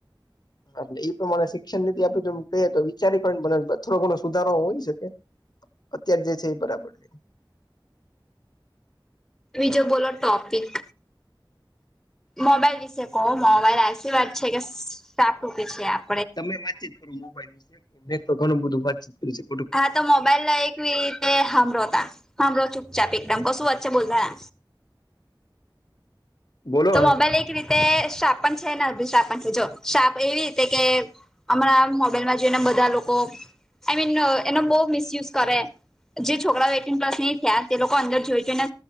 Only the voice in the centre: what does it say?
બીજ બોલો ટોપિક. મોબાઈલ વિશે કહો મોબાઈલ એસી વાત છે કે સાાપ ટૂકી છે આપ
હા તો મોબાઈલ લ એકવી રીતે હમરો હતા, હમરો ચુપચાપ એકદમ કશું વચ છે બોલતા.
તો મોબાઈલ એક રીતે શાપન છેને અભિશાપન છે જો શાપ એવી રીતે કે હમાણા મોબાઈલમાં જોઈને બધા લોકો આઈ મીન એનો બહ મિસયુઝ કરે. જે છોકરાઓ એટીન પ્લસ નહી થયા તે લોકો અંદર જોઈ જઈને.